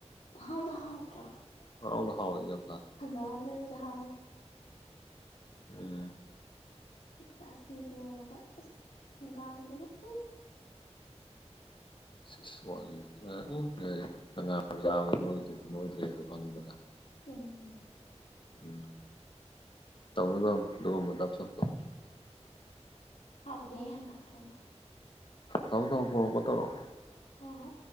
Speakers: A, on the left; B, on the left.
A: ꯄꯪꯍꯥꯎꯗ ꯍꯥꯥꯎꯇ꯭ꯔꯥ
B: ꯍꯥꯎꯗ ꯍꯥꯎ ꯌꯥ
A: ꯍꯪꯒꯝꯗ ꯆꯥꯕꯅ°
B: ꯎꯝ
A: ꯏꯟꯇꯥ ꯁꯤꯡꯖꯨ ꯃꯒ ꯑꯁ ꯍꯪꯒꯥꯝꯗꯨꯒ ꯎ
B: ꯏꯁ ꯌꯔꯤꯗꯤ ꯎꯝ ꯍꯥꯡꯒꯥꯝ ꯆꯥꯕꯗ ꯅꯣꯏꯗꯔ꯭ꯗꯤ ꯅꯣꯏꯗ꯭ꯔꯦꯗꯣ ꯈꯪꯉꯤꯗꯅ
A: ꯎꯝ
B: ꯎꯝ ꯇꯧꯅꯨ ꯇꯧꯅꯨ ꯗꯨꯒꯨꯝꯕ ꯙꯞ ꯁꯞꯇꯣ
A: ꯍꯥꯎꯕꯅꯦ ꯍꯪꯒꯥꯝ ꯊꯣꯡꯕ
B: ꯊꯝ ꯊꯝꯃꯣ ꯄꯣꯟ ꯑꯧꯀ ꯇꯧꯔꯛꯑꯣ
A: ꯍꯣꯏ ꯍꯣꯏ